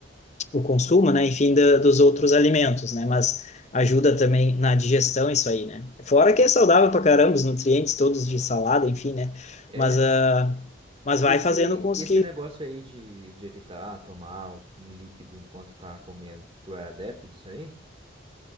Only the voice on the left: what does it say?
o, o consumo, né, enfim, da, dos outros alimentos, né? Mas ajuda também na digestão isso aí, né? Fora que é saudável pra caramba, os nutrientes todos de salada, enfim, né?
Mas, ah mas
vai
fazendo com os
que